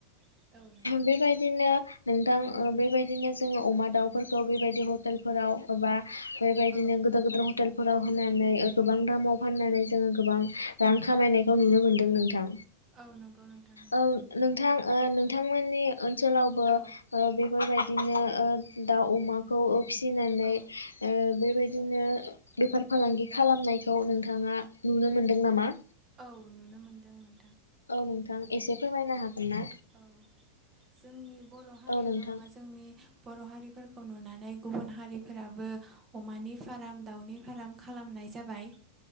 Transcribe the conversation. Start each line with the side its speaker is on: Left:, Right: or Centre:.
Right: औ नंगौ
Left: बेबायदिनो नोंथां ओ बेबायदिनो जोङो अमा दाउफोरखौ बेबायदि हटेलफोराव एबा बेबायदिनो
Right: औ
Left: गोदोर गोदोर हटेलफोराव होनानै गोबां दामाव फाननानै जोङो गोबां रां खामायनायखौ नुनो मोन्दों नोंथां।
Right: औ नंगौ नोंथां नंगौ।
Left: औ नोंथां ओ नोंथांमोननि ओनसोलावबो ओ
Right: औ
Left: बेफोरबायदि बिदिनो ओ दाउ अमाखौ ओ फिसिनानै
Right: औ
Left: ओ बेबायदि बिदिनो बेफार फालांगि खालामनायखौ नोंथाङा नुनो मोनदों नामा?
Right: औ नुनो मोनदों नों
Left: औ नोंथां एसे फोरमायनो हागोन ना?
Right: औ जोंनि बर' हारियाल'
Left: औ नोंथां
Right: नङा जोंनि बर' हारिफोरखौ नुनानै गुबुन हारिफोराबो अमानि फाराम दावनि फाराम खालामनाय जाबाय।